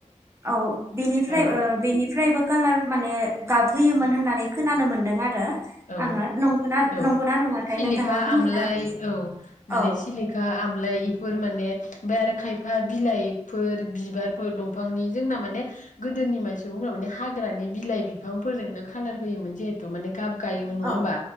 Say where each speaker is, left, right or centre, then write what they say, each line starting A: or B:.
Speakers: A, on the right; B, on the left.
A: औ बिनिबोफ्राय
B: औ
A: ओ बिनिफ्रायबो कालार माने गाबहोयोमोन
B: उम
A: होननानै खोनानोमोन दों आरो
B: औ
A: आङो नंगौना
B: औ
A: नंगौना नङाथाय
B: सिलिखा
A: नोंथाङा फोरमायनो
B: आमलाय
A: हागोन
B: औ माने
A: औ
B: सिलिखा आमलाय बेफोर माने ओमफ्राय आरो खायफा बिलाइफोर बिबारफोर दंफांनि जोंना माने गोदोनि मान सुबुंफोरा माने हाग्रानि बिलाइ बिफांफोरजोंनो खाालार होयोमोन जिहेतु माने गाब गायोमोन नङा
A: औ
B: होमबा